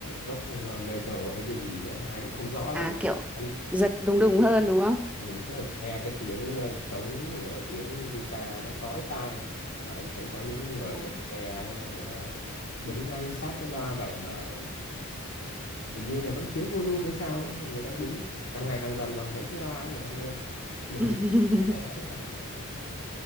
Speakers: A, on the left; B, in the centre.
A: rock metal hay cái gì đó. anh không rõ lắm
B: À kiểu
A: anh
B: giật đùng đùng hơn đúng không?
A: Ừ, tức là nghe cái tiếng ờ, trống rồi tiếng guitar nó chói tai mà anh thấy có những người
B: À.
A: người ta nghe đấy nó đứng ngay sát cái loa vậy mà hình như là vẫn thiếu volume hay sao ấy mà người ta đứng càng ngày càng gần vào mấy cái loa ấy người ta nghe mình
B: <laughs>
A: thì <laughs> né